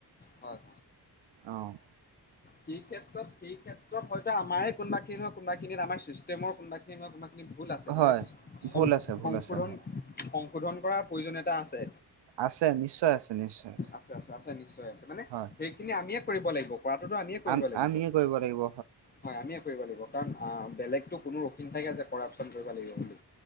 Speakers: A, on the left; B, on the right.
A: হয় হয়
B: অ',
A: তেতিয়া সেই ক্ষেতত হয়তো আম কোনবাখিন হয় কোনোবাখিনিত আমাৰ চিষ্টেমৰ কোনোবা খিনি নি হয় কোনবা ভুল আছে
B: হয়।
A: মানে
B: ভুল
A: সংশোধন
B: আছে ভুল আছে হয়,
A: শোধন কৰাৰ প্ৰয়োজনীয়তা আছে
B: আছে নিশ্চয় আছে নিশ্চয়
A: আছে আছে আছে নিশ্চয় আছে মানে
B: হয়,
A: সেইখিনি আমিয়ে কৰিব লাগিব কৰাতোতো আমিয়ে কৰিব
B: আম
A: লাগিব
B: আমিয়ে কৰিব লাগিব
A: হয় আমিয়ে লাগিব কাৰণ বেলেগতো কোনো থাকে যে, কৰাপশ্বন কৰিব লাগিব বুলি